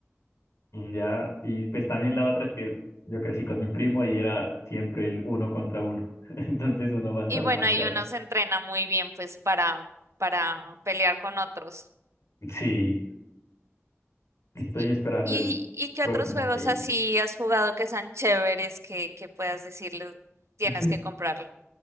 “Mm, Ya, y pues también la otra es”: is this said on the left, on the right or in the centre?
Left